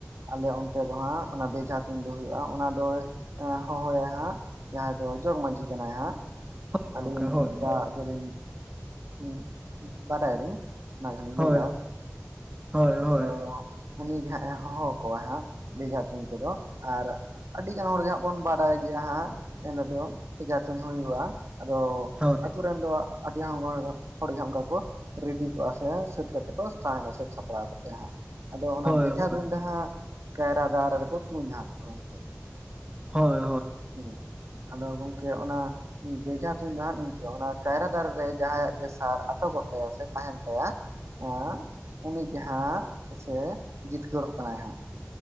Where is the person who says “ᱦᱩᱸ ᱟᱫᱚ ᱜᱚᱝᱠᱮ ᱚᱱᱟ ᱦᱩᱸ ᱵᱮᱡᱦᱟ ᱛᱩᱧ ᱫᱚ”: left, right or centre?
Right